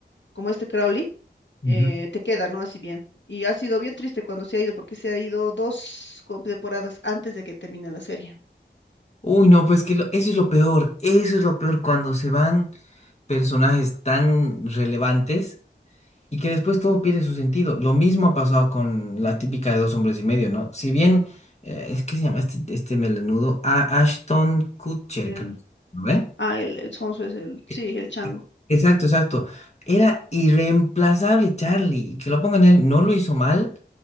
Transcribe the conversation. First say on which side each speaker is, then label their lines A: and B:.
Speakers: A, on the left; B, on the left.
A: como este Crowley,
B: ujú.
A: eh, te queda, ¿no? Así bien. Y ha sido bien triste cuando se ha ido, porque se ha ido dos com- temporadas antes de que termine la serie.
B: Uy, no, pues que lo- eso es lo peor. Eso es lo peor cuando se van personajes tan relevantes Y que después todo pierde su sentido. Lo mismo ha pasado con la típica de dos hombres y medio, ¿no? Si bien, eh, es que se llama este, este melenudo, A- Ashton Kutcher,
A: El,
B: creo, ¿no ve?
A: ah, el, el Sonso es el, sí,
B: E-
A: el chango.
B: Exacto, exacto. Era irreemplazable Charlie. y Que lo pongan él, no lo hizo mal,